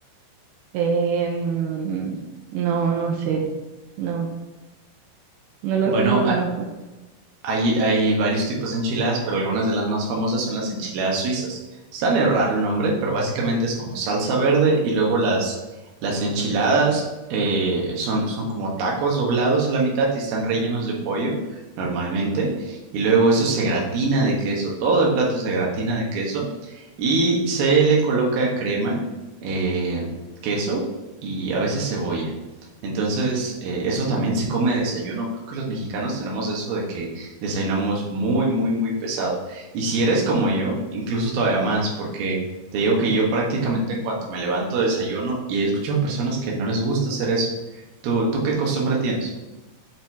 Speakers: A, on the right; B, on the right.
A: Em, no, no sé. No, no lo,
B: Bueno,
A: no lo conozco.
B: a- hay, hay varios tipos de enchiladas, pero algunas de las más famosas son las enchiladas suizas. Está medio raro el nombre, pero básicamente es como salsa verde y luego las, las enchiladas eh, son, son como tacos doblados a la mitad y están rellenos de pollo normalmente. Y luego eso se gratina de queso, todo el plato se gratina de queso y se le coloca crema, eh, queso y a veces cebolla. Entonces, eh, eso también se come de desayuno. Creo que los mexicanos tenemos eso de que desayunamos muy, muy, muy pesado. Y si eres como yo, incluso todavía más, porque te digo que yo prácticamente en cuanto me levanto desayuno y he escuchado personas que no les gusta hacer eso. ¿Tú, tú qué costumbre tienes?